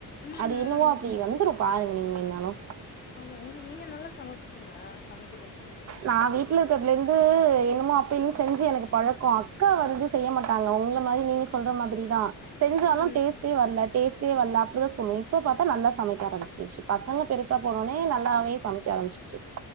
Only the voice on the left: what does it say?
ம்
ம்
ஆமா உங்களுக்கு நீங்க நல்லா சமைப்பீங்களா சமைக்
ம்